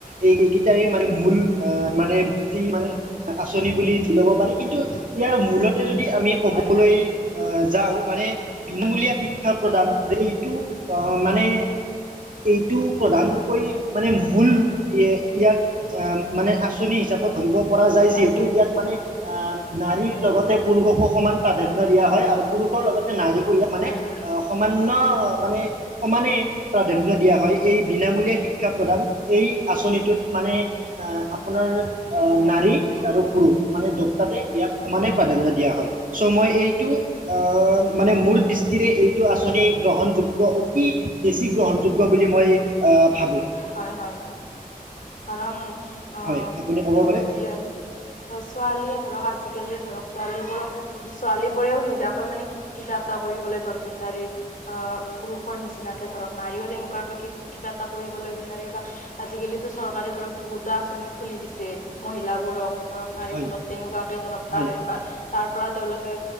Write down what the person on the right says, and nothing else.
এই এইকেইটাই মানে মূল মানে ভিত্তি মানে। আঁচনি বুলি ধৰি ল'ব পাৰি কিন্তু ইয়াৰ মূলতে যদি আমি ক'বলৈ
আহ। যাওঁ মানে বিনামূলীয়া শিক্ষা প্ৰদান যে এইটো মানে এইটো। প্ৰধানকৈ মানে মূল ইয়াক মানে আঁচনি হিচাপত। ধৰিব পৰা যায়
যিহেতু
ইয়াত মানে নাৰীৰ
লগতে পুৰুষকো সমান প্ৰাধান্য দিয়া হয় আৰু। পুৰুষৰ লগতে নাৰিকো মানে
সমান্য মানে সমানে। প্ৰাধান্য দিয়া হয়। এই বিনামূলীয়া শিক্ষা প্ৰদান এই আঁচনিটোত। মানে আহ আপোনাৰ
নাৰী
আৰু পুৰুষ মানে দুটাতে। ইয়াক সমানে প্ৰাধান্য দিয়া হয় চ' মই এইটো আহ মানে মোৰ। এইটো আঁচনি গ্ৰহণযোগ্য অতি বেছি গ্ৰহণযোগ্য বুলি আ মই ভাবোঁ।
হয় আপুনি ক'ব
পাৰে
হয়
হয়